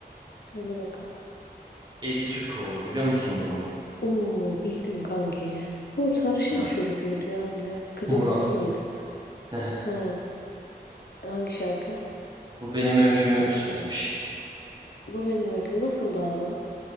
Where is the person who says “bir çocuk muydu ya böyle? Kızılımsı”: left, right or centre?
Left